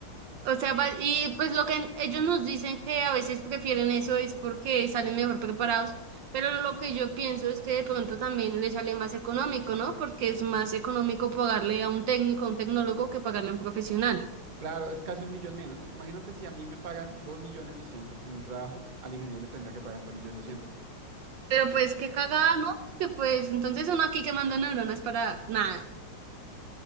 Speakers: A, on the right; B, on the right.
A: O sea, va- y pues lo que en- ellos nos dicen que a veces prefieren eso es porque salen mejor preparados, pero lo que yo pienso es que de pronto también les sale más económico, ¿no? Porque es más económico pagarle a un técnico, a un tecnólogo, que pagarle a un profesional.
B: Claro, es casi un millón menos. Imagínate si a mí me pagan dos millones doscientos en un trabajo, al ingeniero le tendría que pagar tres millones doscientos.
A: Pero pues qué cagada, ¿no? Porque pues entonces uno aquí quemando neuronas para nada.